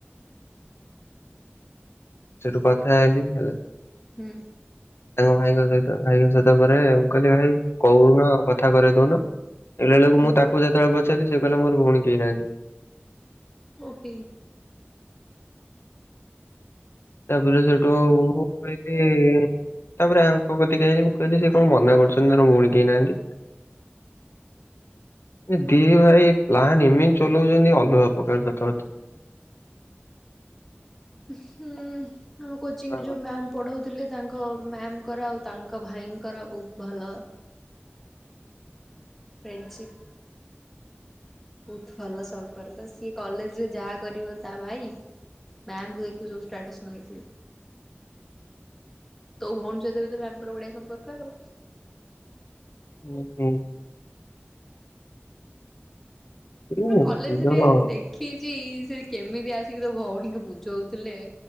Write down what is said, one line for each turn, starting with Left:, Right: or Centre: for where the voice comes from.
Left: ସେଠୁ କଥା ହେଲି ହେଲା।
Centre: ହୁଁ।
Left: ତାଙ୍କ ଭାଇଙ୍କ ସହିତ ଭାଇଙ୍କ ସହିତ ପରେ ମୁଁ କହିଲି ଭାଇ କହୁନ କଥା କରେଇ ଦଉନ। ଦେଖିଲା ବେଳକୁ
Centre: ହୁଁ
Left: ମୁଁ ତାକୁ ଯେତେବେଳେ ପଚାରିଲି ସେ କଲା ମୋର ଭଉଣ କେହି ନାହାନ୍ତି।
Centre: ଓ ହେଇ।
Left: ତାପରେ ସେଠୁ ମୁଁ କହିଲି ତାପରେ ଆଙ୍କ କତିକି ଆଇଲି ମୁଁ କଇଲି ସେ କଣ ମନା କରୁଛନ୍ତି ତାଙ୍କ ଭଉଣୀ କେଇ ନାହାନ୍ତି।
Centre: <inaudible>
Left: ଏ ଦି ଭାଇ ପ୍ଲାନ୍ ଏମିତି ଚଲଉଚନ୍ତି ଅଲଗା ପ୍ରକାର ସତ କଥା।
Centre: ହୁଁ ଆମ କୋଚିଂ
Left: ବାବା।
Centre: ଯୋଉ ମ୍ୟାମ୍ ପଢ଼ଉଥିଲେ ତାଙ୍କ ମ୍ୟାମ୍ ଙ୍କର ଆଉ ତାଙ୍କ ଭାଇଙ୍କର ବହୁତ ଭଲ। ଫ୍ରେଣ୍ଡସିପ୍। ବହୁତ ଭଲ ସମ୍ପର୍କ ସିଏ କଲେଜରେ ଯାଆ କରିବ ତା ଭାଇ ମ୍ୟାମ୍ ଙ୍କୁ ଦେଖିବୁ ସବୁ ସ୍ଟାଟସ ଲଗେଇଥିବେ। ତୋ ଭଉଣୀ ସହିତ ବି ମ୍ୟମ ଙ୍କର ବଢିଆ ସମ୍ପର୍କ ଆଉ।
Left: ହୁଁ ହୁଁ। ହୁଁ,
Centre: ପା କଲେଜ
Left: ଦି ଜଣ
Centre: ରେ ଦେଖିଚି ସେ କେମିତି ଆସିକି ତୋ ଭଉଣୀକୁ ବୁଝଉଥିଲେ।